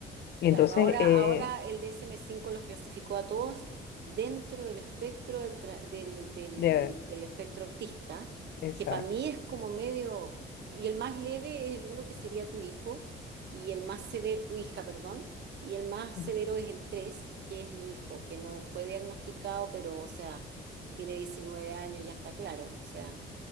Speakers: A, on the left; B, on the right.
A: Y
B: Claro,
A: entonces,
B: ahora,
A: eh,
B: ahora el dsm cinco los clasificó a todos dentro del espectro del, tra- del, del-
A: de-
B: del- del espectro autista,
A: exacto,
B: que para mí es como medio, y el más leve es el uno que sería tu hijo, y el más severo, tu hija, perdón, y el más
A: mm,
B: severo es el 3, que es mi hijo, que no fue diagnosticado, pero, o sea, tiene 19 años, ya está claro, o sea,